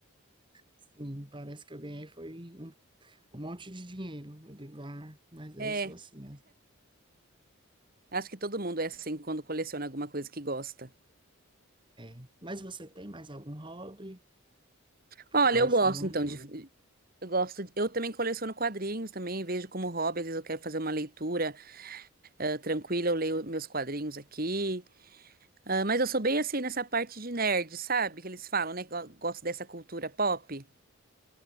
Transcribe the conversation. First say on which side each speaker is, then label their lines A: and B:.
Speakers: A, on the right; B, on the right.
A: Sim, parece que eu ganhei foi um um monte de dinheiro. Eu digo, ah, mas eu
B: É.
A: sou assim. É.
B: Acho que todo mundo é assim quando coleciona alguma coisa que gosta.
A: É. Mas você tem mais algum hobby
B: Olha,
A: que gosta
B: eu gosto
A: muito?
B: então de. Eu gosto. de- Eu também coleciono quadrinhos também, vejo como hobby, às vezes eu quero fazer uma leitura ah, tranquila, eu leio meus quadrinhos aqui. Ah, mas eu sou bem assim nessa parte de nerd, sabe? Que eles falam, né? que Gosto dessa cultura pop.